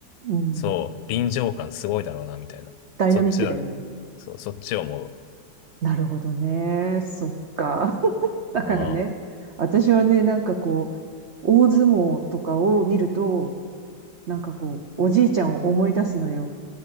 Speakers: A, on the right (about 80°); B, on the left (about 85°).
A: うん。
B: そう、臨場感すごいだろうな、みたいな。
A: ダイナミックだよね。
B: そっちだね。そう、そっちを思う。
A: なるほどね。そっか。<laughs> だからね、
B: ああ。
A: 私はね、なんかこう、大相撲とかを見ると、なんかこう、おじいちゃんを思い出すのよ。